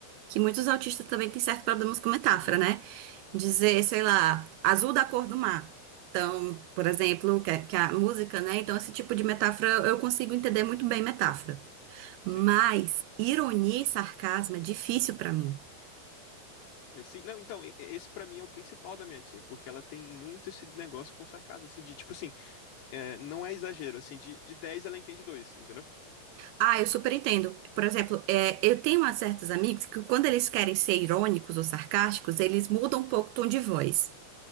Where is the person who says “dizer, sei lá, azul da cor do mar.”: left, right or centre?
Right